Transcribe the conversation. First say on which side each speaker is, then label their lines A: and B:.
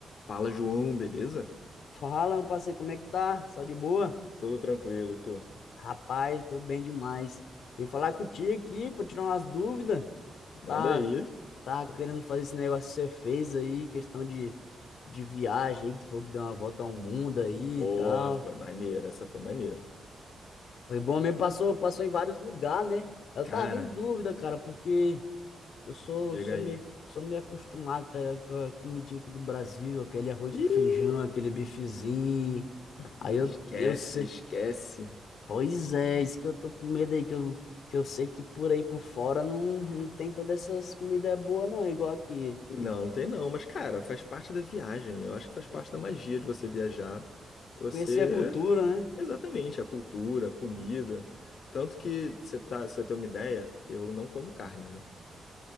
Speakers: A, on the left; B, on the left.
A: Fala, João, beleza?
B: Fala, meu parceiro, como é que tá? Só de boa?
A: Tudo tranquilo, e tu?
B: Rapaz, tô bem demais. Vim falar contigo aqui pra tirar umas dúvidas. Eu
A: Manda
B: tava,
A: aí.
B: tava querendo fazer esse negócio que você fez aí, questão de, de viagem, que tu falou que deu uma volta ao mundo aí
A: Boa,
B: e tal.
A: foi maneira, essa foi maneira.
B: Foi bom mesmo, passou, passou em vários lugares, né? Eu
A: Cara,
B: tava em dúvida, cara, porque eu sou,
A: diga
B: sou
A: aí.
B: meio, sou meio acostumado tá, ligado, com a comidinha aqui do Brasil, aquele arroz
A: Ih,
B: com feijão, aquele bifezinho.
A: esquece,
B: Aí eu, eu sei.
A: esquece.
B: Pois é, isso que eu tô com medo aí, que eu, que eu sei que por aí por fora não, não tem todas essas comidas boas, não, igual aqui.
A: Não, não tem não, mas cara, faz parte da viagem. Eu acho que faz parte da magia de você viajar. Você,
B: Conhecer a cultura, né?
A: exatamente, a cultura, a comida. Tanto que você tá, você tem uma ideia, eu não como carne, né?